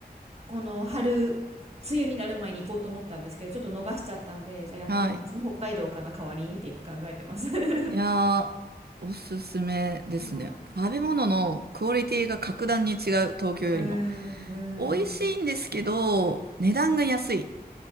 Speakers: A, on the right; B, on the right.
A: この春、梅雨になる前に行こうと思ったんですけど、ちょっと逃しちゃったんで、じゃあやっぱり夏の北海道かな、
B: はい。
A: 代わりにって今考えてます。<laughs>
B: いやー、おすすめですね。
A: いやー、
B: 食べ物のクオリティが格段に違う、東京よりも。
A: ーん、
B: 美味しいんですけど、
A: うーん。
B: 値段が安い。